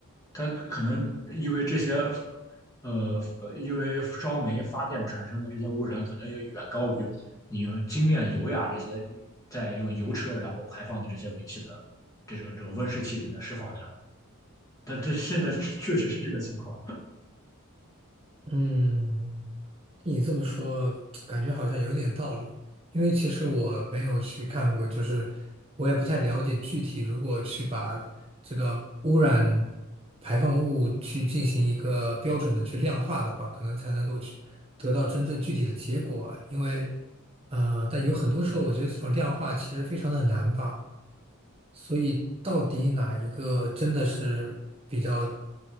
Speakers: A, on the left; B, on the right.
A: 它可能因为这些，呃，因为烧煤发电产生的这些污染，可能也远高于你用精炼油呀这些在用油车然后排放的这些尾气的这种这种温室气体的释放量。但这现在确实是这个情况
B: 嗯。你这么说，感觉好像有点道理。因为其实我没有去看过，就是我也不太了解具体，如果去把这个污染排放物去进行一个标准的去量化的话，可能才能够去得到真正具体的结果啊。因为，呃，但有很多时候，我觉得这种量化其实非常的难吧。所以，到底哪一个真的是比较